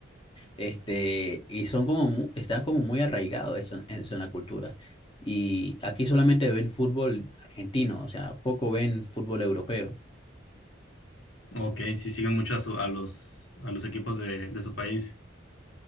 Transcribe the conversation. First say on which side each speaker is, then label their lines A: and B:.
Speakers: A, on the left (about 25°); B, on the left (about 85°).
A: Este, y son como, mu- está como muy arraigado eso, en- eso en la cultura. Y aquí solamente ven fútbol argentino, o sea, poco ven fútbol europeo.
B: ok, sí siguen mucho a, su- a los, a los equipos de, de su país.